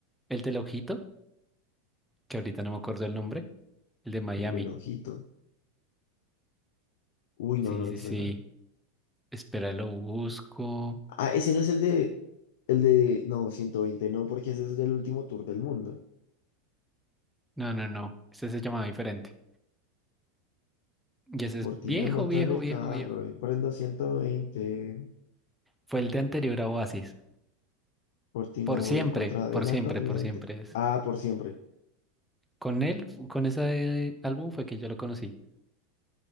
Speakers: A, in the centre; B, on the left (about 70°).
A: el del Ojito, que ahorita no me acuerdo el nombre, el de Miami.
B: el del ojito. Uy,
A: Sí,
B: no, no
A: sí,
B: me suena.
A: sí. Espera, lo busco.
B: Ah, ese no es el de, el de, no, 120 no, porque ese es del último tour del mundo.
A: No, no, no. Ese se llamaba diferente. Y ese
B: Por
A: es viejo,
B: ti me monto
A: viejo,
B: en el
A: viejo,
B: carro
A: viejo.
B: y prendo 120.
A: Fue el de anterior a Oasis.
B: Por ti
A: Por
B: me voy
A: siempre,
B: en contra
A: por
B: de la
A: siempre,
B: corriente.
A: por siempre es.
B: Ah, por siempre.
A: Con él, con ese eh, álbum fue que yo lo conocí.